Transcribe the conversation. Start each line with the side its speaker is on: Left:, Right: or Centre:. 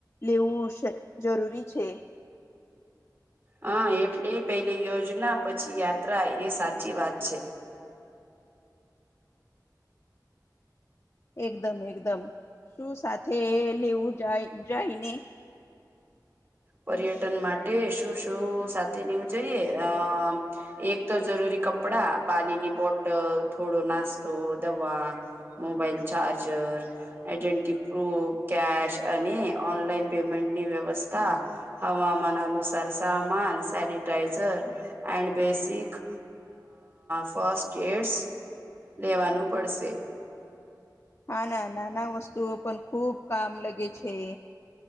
Left: લેવુંશ જરૂરી છે.
Right: હા એટલે પેલે યોજના, પછી યાત્રા એ સાચી વાત છે.
Left: એકદમ એકદમ, તુ સાથે લેવું જાય જાય ને
Right: પર્યટન માટે શું શું સાથે લેવું જોઈએ અ મ એક તો જરૂરી કપડા, પાણીની બોટલ, થોડો નાસ્તો, દવા. Mobile charger identity proof, cash અને ઓનલાઈન પેમેન્ટની વ્યવસ્થા હવામાન અનુસાર સામાન, sanitiser and basic first aids લેવાનું પડશે
Left: હાના, નાના વસ્તુઓ પણ ખુબ કામ લગે છે.